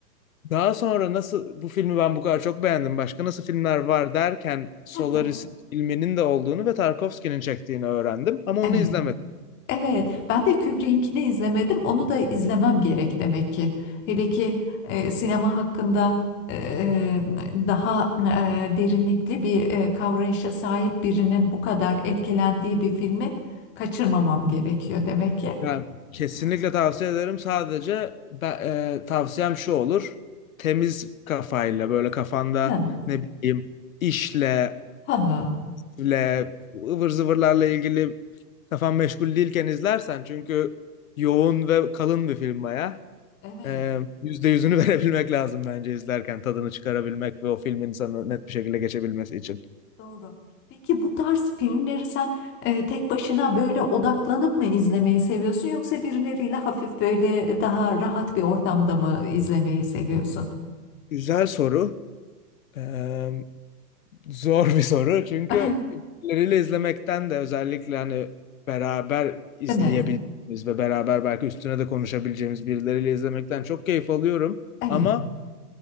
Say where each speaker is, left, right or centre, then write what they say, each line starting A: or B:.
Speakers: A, on the left; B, on the left.
A: daha sonra nasıl bu filmi ben bu kadar çok beğendim. Başka nasıl filmler var derken Solaris'in
B: <laughs>
A: filminin de olduğunu ve Tarkovski'nin çektiğini öğrendim. Ama
B: Evet.
A: onu izlemedim.
B: Evet, ben de Kubrick'inkini izlemedim. Onu da izlemem gerek demek ki. Hele ki e, sinema hakkında e, e, daha e, derinlikli bir e, kavrayışa sahip birinin bu kadar etkilendiği bir filmi kaçırmamam gerekiyor demek ki.
A: Yani kesinlikle tavsiye ederim. Sadece ben, e, tavsiyem şu olur. Temiz kafayla böyle kafanda
B: Hı.
A: ne bileyim işle,
B: Ha, ha.
A: ile, ıvır zıvırlarla ilgili kafan meşgul değilken izlersen çünkü yoğun ve kalın bir film baya.
B: Evet,
A: Ee, yüzde yüzünü <laughs> verebilmek lazım bence izlerken tadını çıkarabilmek ve o film insanı net bir şekilde geçebilmesi için.
B: doğru. Peki bu tarz filmleri sen e, tek başına böyle odaklanıp mı izlemeyi seviyorsun yoksa birileriyle hafif böyle daha rahat bir ortamda mı izlemeyi seviyorsun?
A: Güzel soru. Ee, Zor bir soru çünkü
B: <laughs>
A: birileriyle izlemekten de özellikle hani beraber izleyebildiğimiz
B: Değil mi?
A: ve beraber belki üstüne de konuşabileceğimiz birileriyle izlemekten çok keyif alıyorum.
B: Evet,
A: Ama